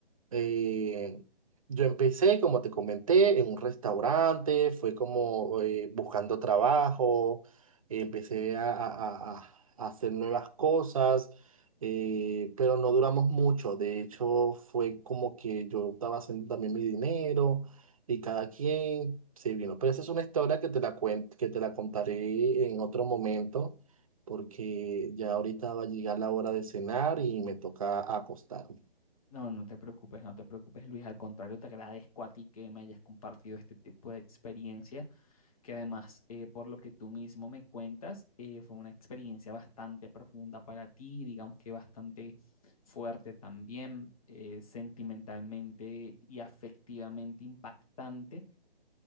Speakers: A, on the right; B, on the left.
A: eh, yo empecé, como te comenté, en un restaurante, fue como eh, buscando trabajo, empecé a, a- a- a hacer nuevas cosas, eh, pero no duramos mucho. De hecho, fue como que yo estaba haciendo también mi dinero y cada quien se vino. Pero esa es una historia que te la cuen- que te la contaré en otro momento porque ya ahorita va a llegar la hora de cenar y me toca acostarme.
B: No, no te preocupes, no te preocupes, Luis. Al contrario, te agradezco a ti que me hayas compartido este tipo de experiencia, que además, eh, por lo que tú mismo me cuentas, eh, fue una experiencia bastante profunda para ti, digamos que bastante fuerte también, eh, sentimentalmente y afectivamente impactante.